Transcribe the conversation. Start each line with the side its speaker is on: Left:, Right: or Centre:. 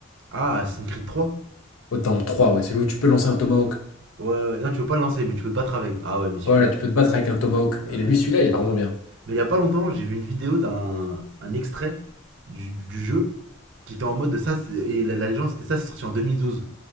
Right: Ah, Assassin's Creed 3
Left: Dans le 3, ouais. Celui où tu peux lancer un Tomahawk.
Right: Ouais, ouais, ouais. non, tu peux pas le lancer, mais tu peux te battre avec. Ah ouais, mais celui-là.
Left: Voilà, tu peux te battre avec un Tomahawk.
Right: euh,
Left: Et lui, celui-là, il est vraiment bien.
Right: Mais il y a pas longtemps, j'ai vu une vidéo d'un un extrait du, du jeu qui était en mode de ça, c'est- et la, la légende c'était ça, c'est sorti en deux mille douze